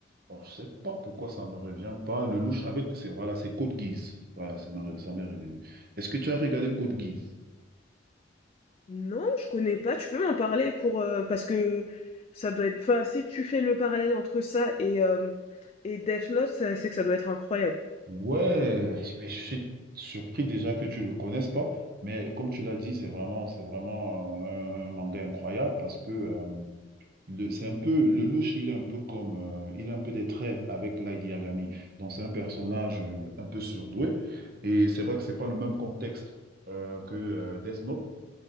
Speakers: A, on the right; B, on the left.
A: Alors, je sais pas pourquoi ça me revient pas. Le louche avec c'est voilà, c'est Code Geass. Voilà, c'est ma, ça m'est revenu. Est-ce que tu as regardé Code Geass?
B: Non, je connais pas. Tu peux m'en parler pour euh, parce que ça doit être. Enfin, si tu fais le parallèle entre ça et euh, et Death Note, ça- c'est que ça doit être incroyable.
A: Ouais, ouais, mais je suis surpris déjà que tu ne le connaisses pas. Mais comme tu l'as dit, c'est vraiment c'est vraiment un, un manga incroyable parce que euh, Le- c'est un peu, le louche, il est un peu comme, euh, il a un peu des traits avec Light Yagami. Donc, c'est un personnage euh, un peu surdoué. Et c'est vrai que c'est pas le même contexte euh, que euh, Death Note.